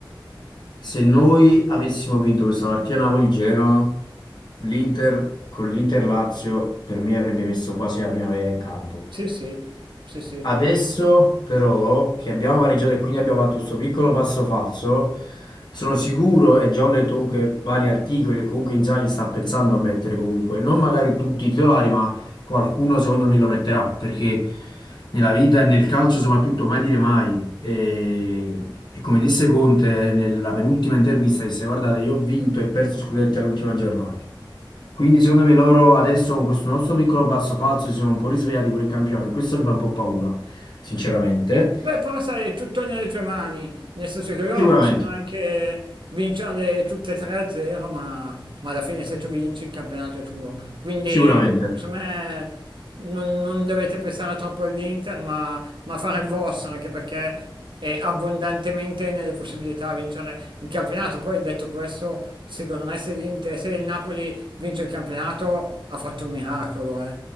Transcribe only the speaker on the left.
Se noi avessimo vinto questa partita Napoli-Genoa, l'Inter con l'Inter-Lazio per me avrebbe messo quasi la primavera in campo.
Adesso però che abbiamo pareggiato e quindi abbiamo fatto questo piccolo passo falso, sono sicuro e già ho letto comunque vari articoli, e comunque Inzaghi sta pensando a mettere comunque, non magari tutti i titolari, ma qualcuno secondo me lo metterà, perché nella vita e nel calcio soprattutto mai dire mai. E, e come disse Conte nella penultima intervista, disse guardate, io ho vinto e perso scudetti all'ultima giornata. Quindi secondo me loro adesso con questo nostro piccolo passo falso si sono un po' risvegliati pure in campione. Questo mi fa un po' paura, sinceramente.
Sicuramente,
sicuramente.